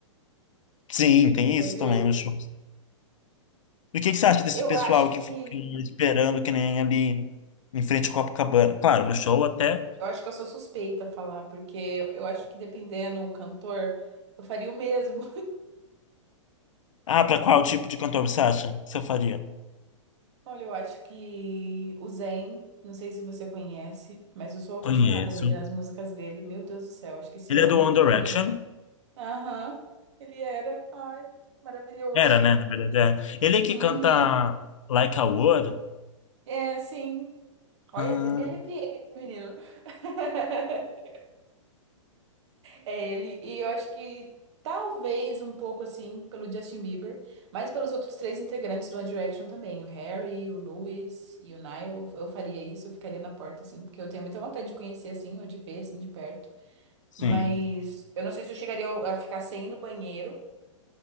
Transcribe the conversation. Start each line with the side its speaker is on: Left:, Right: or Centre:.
Left: Sim, tem
Right: Você já
Left: isso
Right: viu?
Left: também nos shows. E o que que você acha desse
Right: Eu
Left: pessoal
Right: acho
Left: que
Right: que.
Left: fica esperando que nem ali em frente ao Copacabana? Claro, no show até.
Right: Eu acho que eu sou suspeita a falar, porque eu acho que dependendo do cantor, eu faria o mesmo.
Left: Ah, pra qual tipo de cantor você acha que você faria?
Right: <laughs> Olha, eu acho que o Zayn, não sei se você conhece, mas eu sou apaixonada
Left: Conheço.
Right: nele, nas músicas dele. Meu Deus do céu, acho que esse
Left: Ele
Right: homem,
Left: é do One
Right: pra
Left: Direction?
Right: mim. Aham, ele era. Ai, maravilhoso.
Left: Era, né? Na verdade, é. Ele é que
Right: Uhum.
Left: canta Like a Word?
Right: É, sim. Olha,
Left: Ah,
Right: até me arrepiei aqui, menino. <laughs> É ele. E eu acho que talvez um pouco assim pelo Justin Bieber, mas pelos outros três integrantes do One Direction também, o Harry, o Louis e o Niall, eu eu faria isso, eu ficaria na porta assim, porque eu tenho muita vontade de conhecer assim, ou de ver assim de perto.
Left: sim.
Right: Mas eu não sei se eu chegaria a ficar sem ir no banheiro,